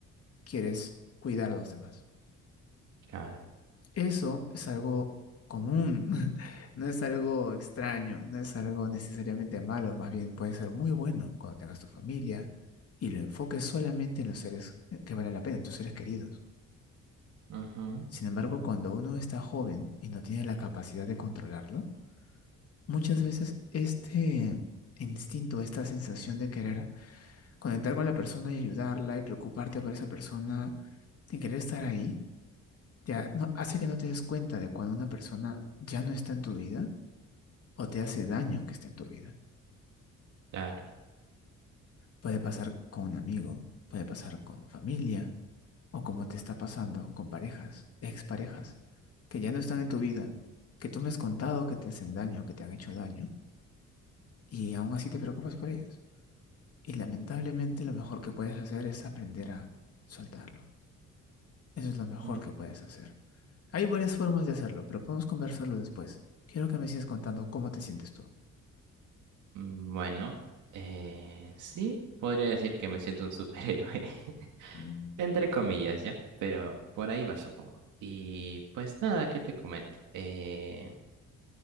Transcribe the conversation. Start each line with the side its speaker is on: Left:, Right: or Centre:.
Left: quieres cuidar a los demás.
Right: claro.
Left: Eso es algo común, <laughs> no es algo extraño, no es algo necesariamente malo, más bien puede ser muy bueno cuando tengas tu familia y lo enfoques solamente en los seres que valen la pena, en tus seres queridos.
Right: ujú,
Left: Sin embargo, cuando uno está joven y no tiene la capacidad de controlarlo, muchas veces este instinto, esta sensación de querer conectar con la persona y ayudarla y preocuparte por esa persona sin querer estar ahí, ya no, hace que no te des cuenta de cuando una persona ya no está en tu vida o te hace daño que esté en tu vida.
Right: Claro.
Left: Puede pasar con un amigo, puede pasar con familia o como te está pasando con parejas, exparejas, que ya no están en tu vida, que tú me has contado que te hacen daño, que te han hecho daño y aún así te preocupas por ellas. Y lamentablemente lo mejor que puedes hacer es aprender a soltarlo. Eso es lo mejor
Right: mm,
Left: que puedes hacer. Hay varias formas de hacerlo, pero podemos conversarlo después. Quiero que me sigas contando cómo te sientes tú.
Right: mm, Bueno, eh, sí, podría decir que me siento un superhéroe, <laughs>
Left: Mm,
Right: entre comillas, ¿ya? Pero por ahí va, supongo. Y pues nada, ¿qué te comento? Eh,